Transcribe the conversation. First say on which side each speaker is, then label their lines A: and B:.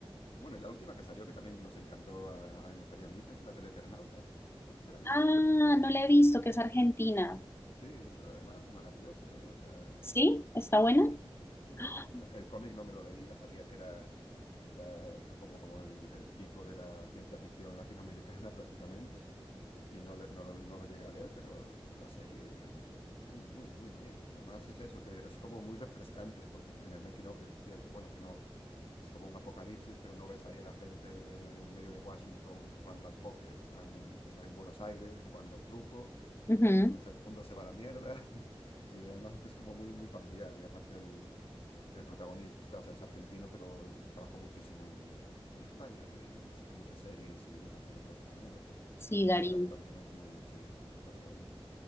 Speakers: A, on the left; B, on the left.
A: Bueno, y la última que salió que también nos encantó a, a mi mujer y a mí, que es la del Eternauta. No sé si la viste.
B: Ah, no la he visto, que es Argentina.
A: Sí, esa además maravillosa, ¿eh? O sea,
B: ¿Sí? ¿Está buena?
A: sí, sí, sí, sí, muy guay.
B: <gasps>
A: O sea, el cómic no me lo leí, ya sabía que era la- como, como el, el pico de la ciencia ficción latinoamericana <laughs> prácticamente, y no, le- no lo, no lo llegué a leer, pero la serie, eh, muy, muy, muy bien. Además es eso, te- es como muy refrescante, porque en en el making of decían que, bueno, que no, es como un apocalipsis, pero no ves ahí a la gente eh, en medio de Washington jugando al póker, están, están en Buenos Aires jugando al truco
B: Ujú, ujú.
A: mientras el mundo se va a la mierda. <laughs> Y además que es como muy, muy familiar. Y aparte el, el protagonista, o sea, es argentino, pero trabajó muchísimo en, en España y en, en muchas series y muchas películas españolas.
B: Sí,
A: Entonces,
B: Darín.
A: claro, también es muy, sí, es el Ricardo Darín.